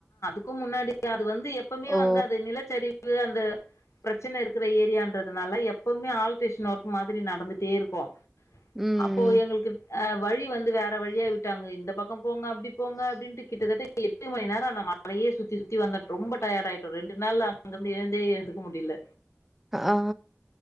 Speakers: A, on the left; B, in the centre.
A: க்கும் முன்னாடி அது வந்து எப்பவுமே
B: ஓ
A: வந்து அது நிலச்சரிவு அந்த பிரச்சனை இருக்கிற ஏரியான் றதனால எப்பவுமே ஆல்ட்ரேஷன் ஒர்க் மாதிரி நடந்துட்டே இருக்கு
B: ம்
A: அப்போ எங்குள்க்கு அ வழி வந்து வேற வழியாய் விட்டாங்க இந்த பக்கம் போங்க அப்டி போங்க அப்டின்ட்டு கிட்டதட்ட எட்டு மணி நேர் அ அந்த மலையே சுத்தி சுத்தி வந்தட் ரொம்ப டயர்ட் ஆயிட்டோ ரெண்டு நாள்ல அங்கருந்து ஏந்தே ஏந்துக்க முடில
B: ஆ